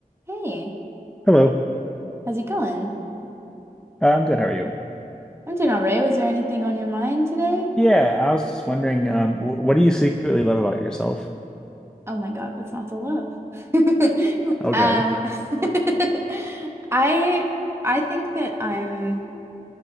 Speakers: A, on the right (about 15°); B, in the centre.
A: Hey,
B: Hello.
A: how's it going?
B: Uh, I'm good. How are you?
A: I'm doing all right. Was there anything on your mind today?
B: Yeah, I was just wondering, um, wh- what do you secretly love about yourself?
A: Oh my God, what's not to love? <laughs>
B: Okay.
A: Um, <laughs> I I think that I'm